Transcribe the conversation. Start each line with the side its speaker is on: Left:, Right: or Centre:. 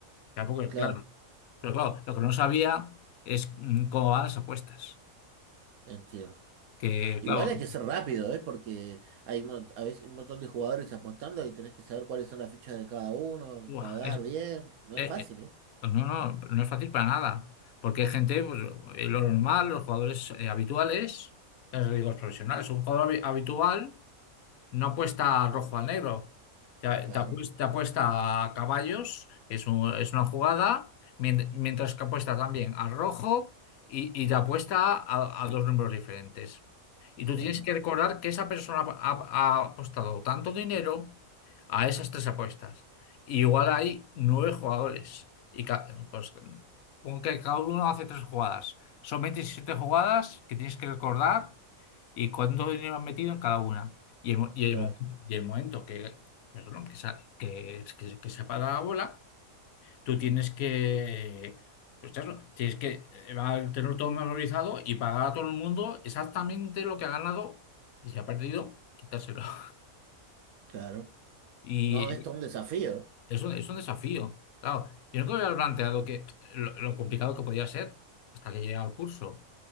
Left: Tampoco, es
Right: Claro.
Left: claro. Pero claro, lo que no sabía es mm, cómo van las apuestas.
Right: Entiendo.
Left: Que,
Right: Igual
Left: claro,
Right: hay que ser rápido, ¿eh? Porque hay un mon- a veces un montón de jugadores apostando y tenés que saber cuáles son las fichas de cada uno,
Left: buah,
Right: pagar
Left: es-
Right: bien. No
Left: eh,
Right: es fácil,
Left: eh,
Right: ¿eh?
Left: pues no, no, no es fácil para nada. Porque hay gente, pues, eh, lo normal, los jugadores eh, habituales, ya os digo, los profesionales, un jugador habi- habitual. No apuesta rojo al negro. Te,
Right: Claro,
Left: te apues- te apuesta, a caballos, que es, un- es una jugada, mien- mientras que apuesta también al rojo y, y te apuesta a, a dos números diferentes. Y
Right: claro,
Left: tú tienes que recordar que esa persona ha, ha apostado tanto dinero a esas tres apuestas. Y igual hay nueve jugadores. Y ca- pues, pon que cada uno hace tres jugadas. Son 27 jugadas que tienes que recordar y cuánto dinero han metido en cada una. Y el, mo- y
Right: claro,
Left: el, mo- y el momento que, perdón, que, se ha- que, que- que se apaga la bola, tú tienes que, pues eso, tienes que eh, va a tener todo memorizado y pagar a todo el mundo exactamente lo que ha ganado y si ha perdido, quitárselo. <laughs>
Right: claro.
Left: Y
Right: No, esto es un desafío. ¿eh?
Left: es un, es un desafío. Claro, yo nunca me había planteado que, lo, lo complicado que podía ser hasta que llegué al curso.